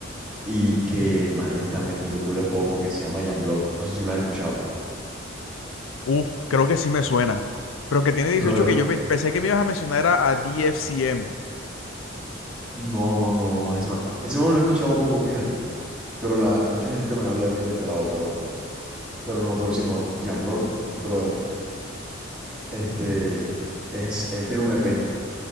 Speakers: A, in the centre; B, on the left (about 80°).
A: y que el man le está metiendo culo de poco, que se llama Jan Block, no sé si lo has escuchado.
B: Uf, creo que sí me suena. Pero que tiene 18
A: Brother,
B: que yo pe- pensé que me ibas a mencionar era a DFCM.
A: no, no, no, no, ese man, ese man lo he escuchado poco, fíjate, pero la, mucha gente me habla bien del pelado, pero... Pero no, pero si no, Jan Block, brother, este, es, él tiene un EP,